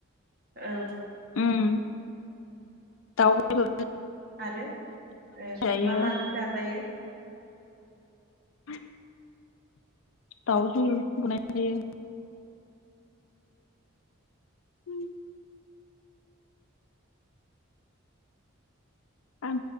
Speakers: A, on the right; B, on the left.
A: औ।
B: उम दाउ औ
A: आरो ओ
B: जायो
A: मा माजों जाजायो?
B: <unintelligible> दावजों बनायनाय जायो। जायो ओं